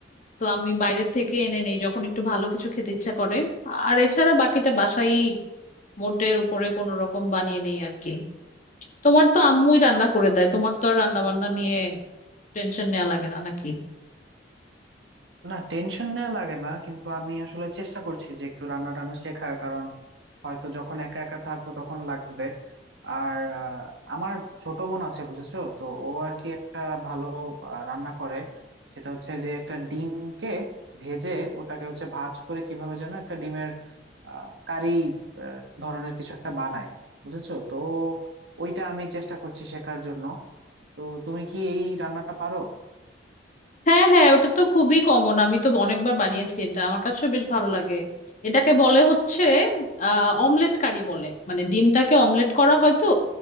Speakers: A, on the left (about 45°); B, on the right (about 85°).
A: তো আমি বাইরে থেকে এনে নেই যখন একটু ভালো কিছু খেতে ইচ্ছা করে আর এছাড়া বাকিটা বাসায় মোটের উপরে কোনো রকম বানিয়ে নেই আর কি তোমার তো আম্মুই রান্না করে দেয় তোমার তো আর রান্না বান্না নিয়ে টেনশন নেওয়া লাগে না নাকি
B: না টেনশন নেওয়া লাগে না কিন্তু আমি আসলে চেষ্টা করছি যে একটু রান্না টান্না শেখার কারণ হয়তো যখন একা একা থাকবো তখন লাগবে আর আহ, আমার ছোট বোন আছে বুঝেছো তো ও আর কি একটা ভালো আহ, রান্না করে সেটা হচ্ছে যে একটা ডিমকে ভেজে ওটাকে হচ্ছে ভাজ করে কিভাবে যেন একটা ডিমের আহ কারি আহ, ধরনের কিছু একটা বানায় বুঝেছো তো ওইটা আমি চেষ্টা করছি শেখার জন্য তো তুমি কি এই রান্নাটা পারো
A: হ্যাঁ হ্যাঁ ওটা তো খুবই কমন আমি তো অনেকবার বানিয়েছি এটা আমার কাছে বেশ ভালো লাগে এটাকে বলে হচ্ছে আহ অমলেট কারি বলে মানে ডিমটাকে অমলেট করা হয় তো